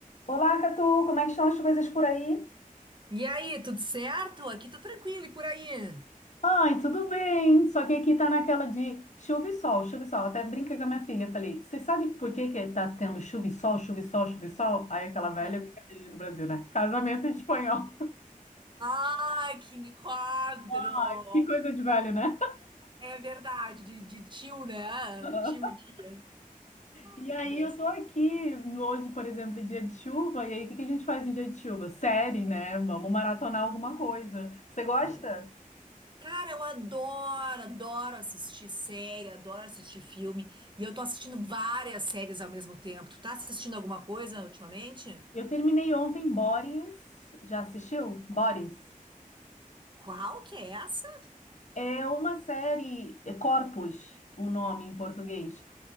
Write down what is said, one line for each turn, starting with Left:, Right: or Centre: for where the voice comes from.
Left: Olá, Catu, como é que estão as coisas por aí?
Right: E aí, tudo certo? Aqui tô tranquilo e por aí?
Left: Ai, tudo bem, só que aqui tá naquela de chuva e sol, chuva e sol. Até brinca com a minha filha, falei, você sabe por que que tá tendo chuva e sol, chuva e sol, chuva e sol? Aí aquela velha
Right: Ah.
Left: brincadeirinha do Brasil, né? Casamento em espanhol.
Right: Ai, que quadro!
Left: <laughs> Que coisa de velho, né?
Right: É verdade, de, de tio, né?
Left: <laughs>
Right: Tio e tia. Ai,
Left: E aí
Right: que engraçado.
Left: eu tô aqui, hoje, por exemplo, é dia de chuva, e aí o que que a gente faz em dia de chuva? Série, né? Vamos maratonar
Right: Claro.
Left: alguma coisa. Você gosta?
Right: Boa. Cara, eu adoro, adoro assistir série, adoro assistir filme. E eu tô assistindo várias séries ao mesmo tempo. Tu tá assistindo alguma coisa ultimamente?
Left: Eu terminei ontem Boris, já assistiu? Boris?
Right: Qual que é essa?
Left: É uma série, é Corpus, o nome em português.